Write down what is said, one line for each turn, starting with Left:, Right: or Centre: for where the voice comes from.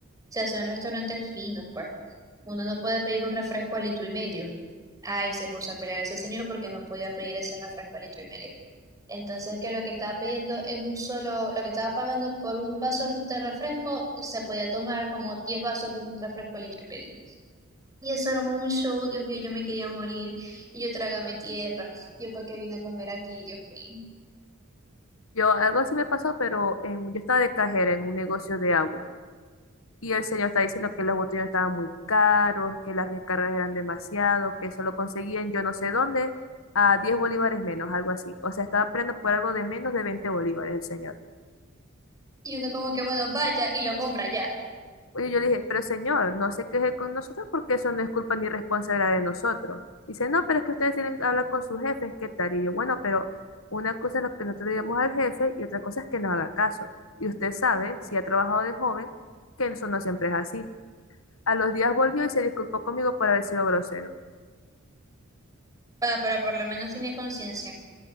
Right: sea son restaurantes finos pues. Uno no puede pedir un refresco a litro y medio. Ay, se puso a pelear ese señor porque no podía pedir ese refresco a litro y medio. Entonces, que lo que estaba pidiendo en un solo, lo que estaba pagando por un vaso de refresco, se podía tomar como 10 vasos de un refresco litro y medio. Y eso armó un show, Dios mío, yo me quería morir. Y yo trágame tierra. Yo, ¿para qué vine a comer aquí, Dios mío?
Left: Yo, algo así me pasó, pero en- yo estaba de cajera en un negocio de agua. Y el señor está diciendo que los botellos estaban muy caros, que las recargas eran demasiado, que eso lo conseguían yo no sé dónde, a 10 bolívares menos, algo así. O sea, estaba aprendiendo por algo de menos de 20 bolívares el señor.
Right: Y uno como que, bueno, vaya y lo compra ya.
Left: Oye, yo le dije, pero señor, no se queje con nosotros porque eso no es culpa ni responsabilidad de nosotros. Dice, no, pero es que ustedes tienen que hablar con sus jefes, ¿qué tal? Y yo, bueno, pero una cosa es lo que nosotros digamos al jefe y otra cosa es que nos haga caso. Y usted sabe, si ha trabajado de joven, que eso no siempre es así. A los días volvió y se disculpó conmigo por haber sido grosero.
Right: Bueno, pero por lo menos tiene conciencia.